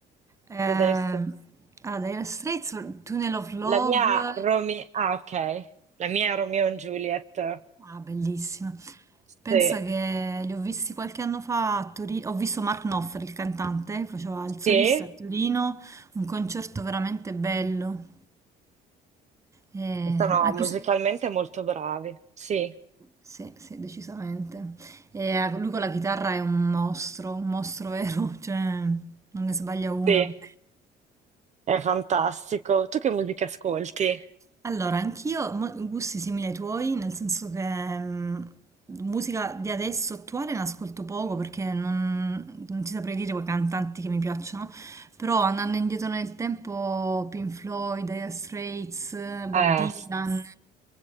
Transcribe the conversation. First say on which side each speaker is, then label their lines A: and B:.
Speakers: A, on the right (about 15°); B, on the right (about 45°).
A: Ehm,
B: Vedessi.
A: allora, Dire Straits, Tunnel of Love,
B: La mia Romeo... Ah, ok. La mia Romeo and Juliet. Eh,
A: ah, bellissima. Pensa
B: sì.
A: che li ho visti qualche anno fa a Torino. Ho visto Mark Knopfler, il cantante, faceva il solista
B: Sì.
A: a Torino, un concerto veramente bello. Eh,
B: Sono
A: anche
B: musicalmente
A: se...
B: molto bravi. Sì.
A: Sì, sì, decisamente. E eh, lui con la chitarra è un mostro, un mostro vero, <laughs> cioè non ne sbaglia una.
B: Sì. È fantastico. Tu che musica ascolti?
A: Allora, anch'io mo- gusti simili ai tuoi, nel senso che mm, musica di adesso attuale ne ascolto poco perché non, non ti saprei dire quei cantanti che mi piacciono, però andando indietro nel tempo, Pink Floyd, Dire Straits, eh, Bob
B: Eh,
A: Dylan,